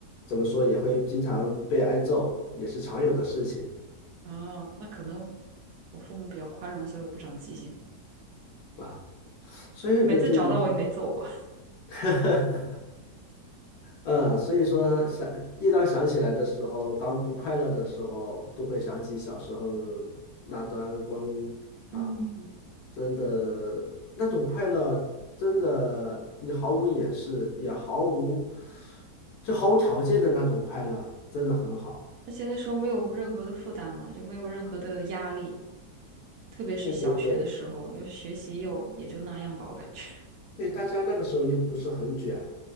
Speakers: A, on the left (about 70°); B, on the right (about 75°).
A: 怎么说也会经常被挨揍，也是常有的事情
B: 啊，那可能我父母比较宽容，所以我不长记性。
A: 啊，所有的这一切
B: 每次找到我也没揍我，
A: <laughs> 嗯，所以说想一当想起来的时候，当不快乐的时候，都会想起小时候那段光阴啊，
B: 嗯，
A: 真的那种快乐，真的你毫无掩饰，也毫无就毫无条件的那种快乐，真的很好。
B: 而且那时候没有任何的负担嘛，就没有任何的压力，特别是小学的时候，
A: 对对对，
B: 要是学习又也就那样吧，我感觉。
A: 对，大家那个时候又不是很卷，